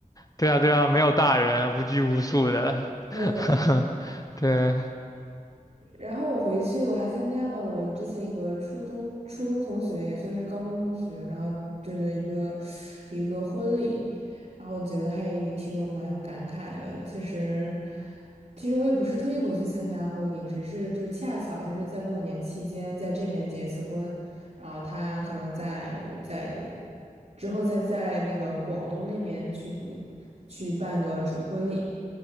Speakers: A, on the left; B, on the right.
A: 对啊，对啊，没有大人，无拘无束的。<laughs>
B: 对。
A: 对。
B: 然后我回去，我还参加了我之前一个初中初中同学，也算是高中同学，然后对的一个一个婚礼，然后我觉得还也挺有蛮有感慨的。其实，其实我也不是特意回去参加婚礼，只是就恰巧他是在过年期间在这面结一次婚，然后他可能在在之后再在那个广东那边去补去办个主婚礼。